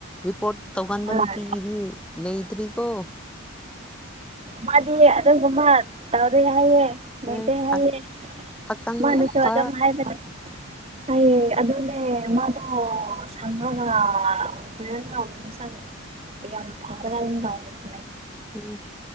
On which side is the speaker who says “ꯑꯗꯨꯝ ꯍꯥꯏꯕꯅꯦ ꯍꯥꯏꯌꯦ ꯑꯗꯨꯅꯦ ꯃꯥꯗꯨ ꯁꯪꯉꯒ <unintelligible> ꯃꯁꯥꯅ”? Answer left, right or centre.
Right